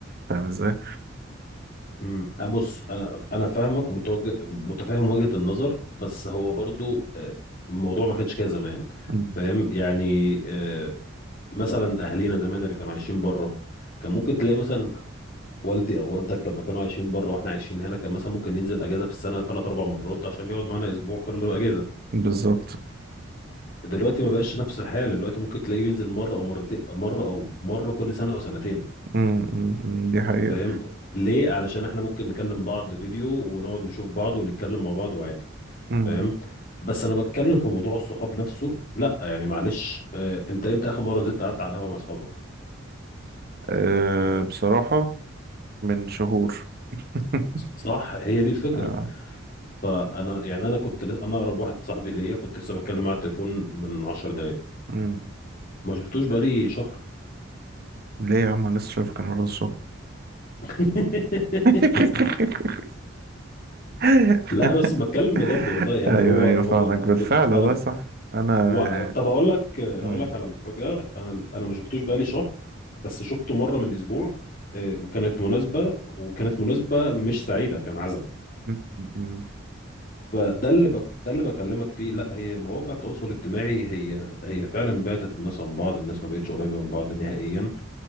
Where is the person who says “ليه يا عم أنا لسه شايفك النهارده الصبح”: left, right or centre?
Right